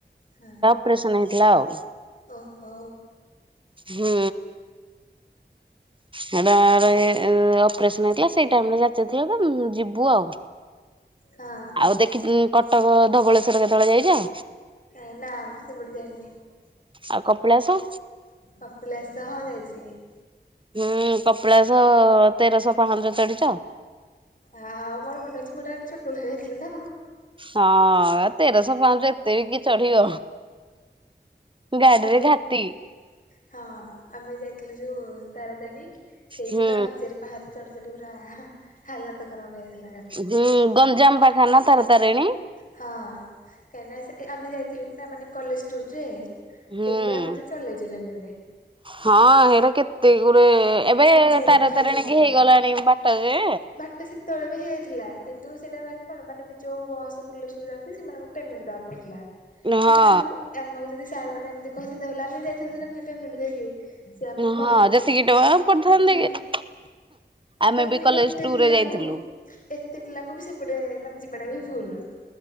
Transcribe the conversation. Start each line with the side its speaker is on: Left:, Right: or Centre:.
Left: ହୁଁ।
Right: ଅପରେସନ୍ ହେଇଥିଲା ଆଉ।
Left: ଓହୋ।
Right: ହୁଁ। ହେଟା ଆ ରେ ଅପରେସନ ହେଇଥିଲା ସେଇ ଟାଇମରେ ଯାଚିଥିଲା ତ ଯିବୁ ଆଉ।
Left: ହଁ
Right: ଆଉ ଦେଖି କଟକ ଧବଳେଶ୍ଵର କେତେବେଳେ ଯାଇଛ?
Left: କାଇ ନାମ୍ ମୁଁ ସେପଟେ ଜାଇନି
Right: ଆଉ କପିଳାସ?
Left: କପିଳାଶ ହଁ ଯାଇଛି।
Right: ହୁଁ କପିଳାଶ ତେରଶହ ପାହନ୍ଦ ଚଢିଛ?
Left: ହଁ ହଁ ମୋର ମନେ ଅଛି ଛୋଟ ବେଳେ ଯାଇଥିଲୁ ତ।
Right: ହଁ ତେରଶପାହଞ୍ଚ ଏତେ କିଏ ଚଢିବ? ଗାଡିରେ
Left: ଆମେ
Right: ଘାଟି
Left: ହଁ ଆମେ ଯାଇଥିଲୁ ଯୋଉ ତାରାତାରେଣୀ ସେଇଠି
Right: ହୁଁ
Left: ବା ହଜାର ପାହାଚ ଚଢି ଚଢି ପୁରା ହାଲତ ଖରାପ ହେଇଯାଇଥିଲା ଖାଲି।
Right: ହୁଁ ଗଞ୍ଜାମ ପାଖାନା ତାର ତାରିଣୀ?
Left: ହଁ କାହିଁକି ନା ସେ ଆମେ ଯାଇଥିଲୁ ନା ମାନେ କଲେଜ ଟୁର ରେ, ସେ
Right: ହୁଁ।
Left: ସେ ଆମକୁ ଚଲେଇ ଚଲେଇ ନେଲେ।
Right: ହଁ ହେଇରା କେତେ ଗୁଡେ ଏବେ
Left: ହଜାରେ
Right: ତାରତାରିଣୀ
Left: ପାହାଚ କାଲି।
Right: କି ହେଇଗଲାଣି ବାଟ ଯେ
Left: ବାଟ ସେତେବେଳେ ବି ହେଇଥିଲା। କିନ୍ତୁ ସେଇଟା ବାକି କଣ ମାନେ ଯୋଉ ବସ ବୁଲିଆକୁ ସବୁ ଯାଉଛି, ସେମାନଙ୍କୁ ପେମେଣ୍ଟ ଦବାକୁ ପଡୁଥିଲା।
Right: ହଁ
Left: କିନ୍ତୁ ଆମକୁ ଆମକୁ ଯଦି ସାର୍ ମାନେ ଏମିତି କହିଥାନ୍ତେ ବଲେ, ଆମେ ଯାଇଥାନ୍ତୁ ନା <unintelligible> ସିଏ ଆମକୁ
Right: ହଁ
Left: କହିଲେନି
Right: ଯେତିକି
Left: <unintelligible>
Right: ଟଙ୍କା ପଡିଥାନ୍ତା
Left: ହଁ
Right: କି ଆମେ
Left: ତାପରେ
Right: ବି କଲେଜ
Left: ଏତେ
Right: ଟୁରେ
Left: ପିଲାଙ୍କୁ
Right: ଯାଇଥିଲୁ
Left: ଏତେ ପିଲାଙ୍କୁ ବି ସେପଟେ ମାନେ ଯିବାଟା ବି ଭୁଲ।